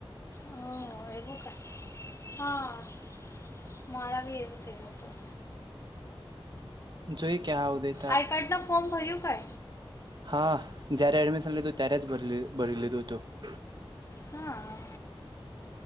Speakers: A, on the left; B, on the right.
A: હ એવું ક હા મારા બી એવું થયું હતું.
B: જોઈ ક્યાં આવું દી.?
A: આઈકાર્ડનું ફોર્મ ભર્યું કે.?
B: હા જ્યારે એડમિશન લીધું ત્યારે જ ભરી ભરી લીધું હતું.
A: હા